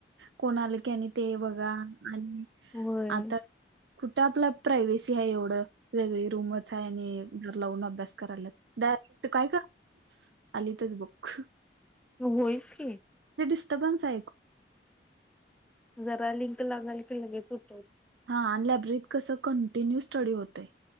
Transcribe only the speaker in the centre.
होय
होईसली
जरा लिंक लागाल की लगेच सुटतव